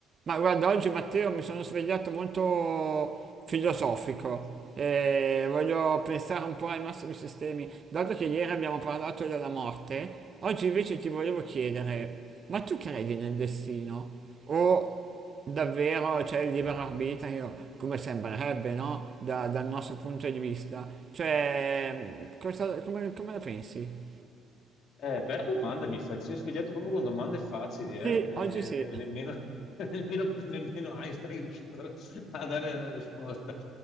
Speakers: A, on the right; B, on the left.
A: Ma guarda, oggi Matteo mi sono svegliato molto filosofico e voglio pensare un po' ai massimi sistemi. Dato che ieri abbiamo parlato della morte, oggi invece ti volevo chiedere, ma tu credi nel destino? O davvero c'è il libero arbitrio, come sembrerebbe, no? Da- dal nostro punto di vista. Cioè, cosa- come, come la pensi?
B: Eh, bella domanda mi fai, ti sei svegliato proprio con domande facili, eh,
A: Sì,
B: che ne-
A: oggi sì.
B: nemmeno, <laughs> nemmeno- nemmeno Einstein è riuscito a a dare la risposta.